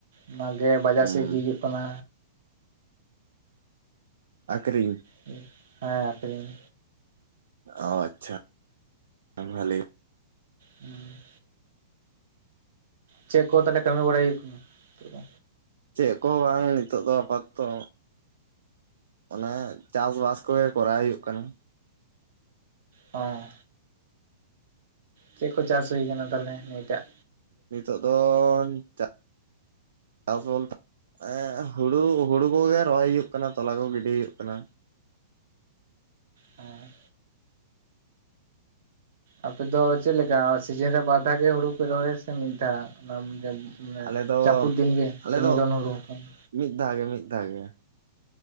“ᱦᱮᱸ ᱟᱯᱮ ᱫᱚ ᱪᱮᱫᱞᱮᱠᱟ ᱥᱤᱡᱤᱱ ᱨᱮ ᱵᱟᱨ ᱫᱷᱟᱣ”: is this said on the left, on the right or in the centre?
Right